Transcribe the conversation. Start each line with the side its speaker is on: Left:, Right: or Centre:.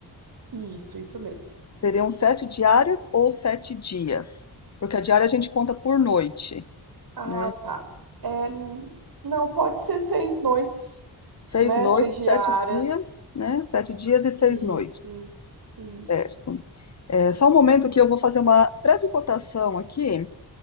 Right: Isso, isso mesmo.
Left: Seriam sete diárias ou sete dias? Porque a diária a gente conta por noite,
Right: Ah,
Left: né?
Right: tá. É, n- não, pode ser seis noites,
Left: Seis
Right: né?
Left: noites,
Right: Seis diárias.
Left: sete dias, né? Sete dias e seis
Right: Isso,
Left: noites,
Right: isso.
Left: certo? É só um momento que eu vou fazer uma breve cotação aqui